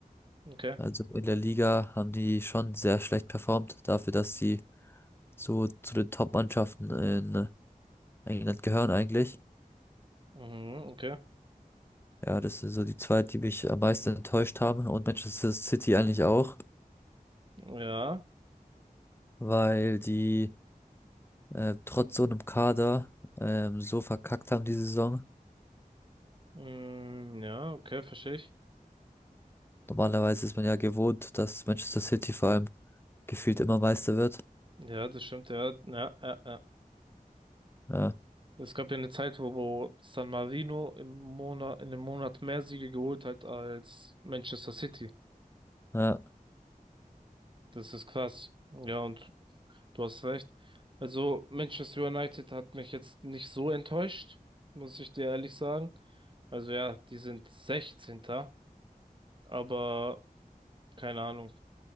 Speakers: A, on the right; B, on the left.
A: Okay,
B: Also in der Liga haben die schon sehr schlecht performt, dafür, dass sie so zu den Top-Mannschaften in England gehören eigentlich.
A: mhm, okay,
B: Ja, das sind so die zwei, die mich am meisten enttäuscht haben und Manchester City eigentlich auch,
A: ja,
B: weil die äh, trotz so einem Kader ähm, so verkackt haben die Saison.
A: mm, ja, okay, verstehe ich.
B: Normalerweise ist man ja gewohnt, dass Manchester City vor allem gefühlt immer Meister wird.
A: Ja, das stimmt, ja, ja, ja, ja.
B: Ja,
A: Es gab ja eine Zeit, wo, wo San Marino im Monat, in einem Monat mehr Siege geholt hat als Manchester City.
B: ja.
A: Das ist krass. Ja, und du hast recht. Also Manchester United hat mich jetzt nicht so enttäuscht, muss ich dir ehrlich sagen. Also ja, die sind 16. Aber keine Ahnung,